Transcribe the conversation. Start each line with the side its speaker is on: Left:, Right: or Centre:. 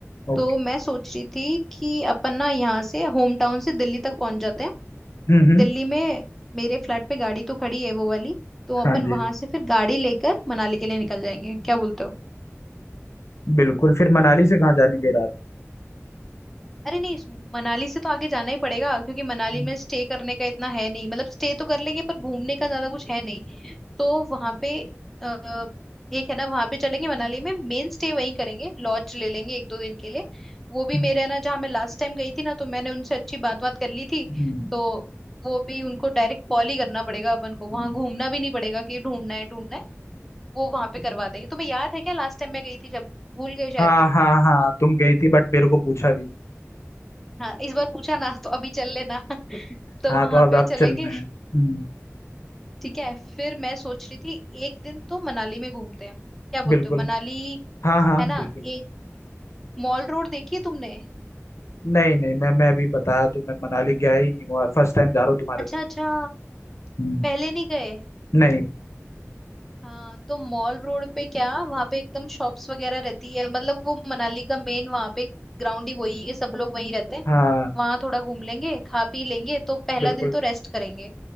Left: ओके
Centre: तो मैं सोच रही थी कि अपन ना यहाँ से होम टाउन से दिल्ली तक पहुंच जाते हैं
Left: हम्म हम्म
Centre: दिल्ली में मेरे फ्लैट पे गाड़ी तो खड़ी है वो वाली तो अपन
Left: हाँ जी
Centre: वहां से फिर गाड़ी लेकर मनाली के लिए निकल जाएंगे क्या बोलते हो
Left: बिल्कुल फिर मनाली से कहाँ जाने का इरादा है?
Centre: अरे नहीं मनाली से तो आगे जाना ही पड़ेगा क्योंकि मनाली
Left: हम्म,
Centre: में स्टे करने का इतना है नहीं मतलब स्टे तो कर लेंगे पर घूमने का ज्यादा कुछ है नहीं तो वहां पे अ, एक है ना वहां पे चलेंगे मनाली में मेन स्टे वहीं करेंगे लॉज ले लेंगे एक दो दिन के लिए वो भी
Left: हम्म,
Centre: मेरे है ना जहाँ मैं लास्ट टाइम गई थी ना तो मैंने उनसे अच्छी बात बात कर ली थी
Left: हम्म,
Centre: तो वो भी उनको डायरेक्ट कॉल ही करना पड़ेगा अपन को वहां
Left: हम्म।
Centre: घूमना भी नहीं पड़ेगा कि ढूंढना है ढूंढना है वो वहां पे करवा देंगे तुम्हें याद है क्या लास्ट टाइम मैं गई थी जब भूल गए शायद
Left: हाँ
Centre: तुम
Left: हाँ हाँ तुम गई थी बट मेरे को पूछा भी नहीं
Centre: हाँ इस बार पूछा ना तो अभी चल लेना <laughs> तो
Left: हाँ
Centre: वहां
Left: तो अब
Centre: पे
Left: आप
Centre: चलेंगे
Left: चल रहे हैं हम्म,
Centre: ठीक है फिर मैं सोच रही थी एक दिन तो मनाली में घूमते हैं क्या बोलते
Left: बिल्कुल
Centre: हो मनाली
Left: हाँ हाँ
Centre: है ना
Left: बिल्कुल
Centre: एक मॉल रोड देखी है तुमने
Left: नहीं नहीं मैं मैं अभी बताया तो मैं मनाली गया ही नहीं हुआ फर्स्ट टाइम जा रहा हूँ तुम्हारे
Centre: अच्छा
Left: साथ
Centre: अच्छा
Left: हम्म
Centre: पहले नहीं गए
Left: नहीं
Centre: हाँ तो मॉल रोड पे क्या वहां पे एकदम शॉप्स वगैरह रहती है मतलब वो मनाली का मेन वहां पे ग्राउंड ही वही है सब लोग वहीं रहते हैं
Left: हाँ
Centre: वहां थोड़ा घूम लेंगे खा पी लेंगे तो पहला
Left: बिल्कुल
Centre: दिन तो रेस्ट करेंगे